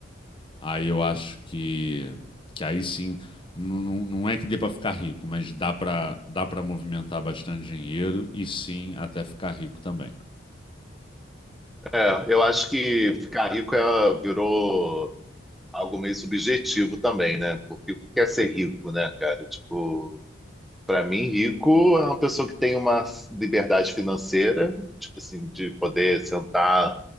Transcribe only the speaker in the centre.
é, eu acho que ficar rico é, virou algo meio subjetivo também, né? Porque o que é ser rico, né, cara? Tipo, para mim, rico é uma pessoa que tem uma liberdade financeira, tipo assim, de poder sentar